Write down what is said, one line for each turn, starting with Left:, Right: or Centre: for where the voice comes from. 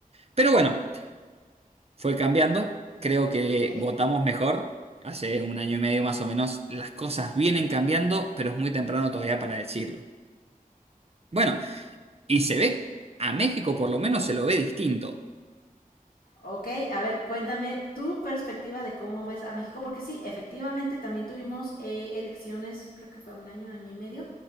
Right: Pero bueno, fue cambiando. Creo que
Left: ¿ok?
Right: votamos mejor. Hace un año y medio más o menos las cosas vienen cambiando, pero es muy temprano todavía para decirlo. Bueno, y se ve, a México por lo menos se lo ve distinto.
Left: Ok, a ver, cuéntame tu perspectiva de cómo ves a México, porque sí, efectivamente también tuvimos eh, elecciones, creo que fue un año, año y medio.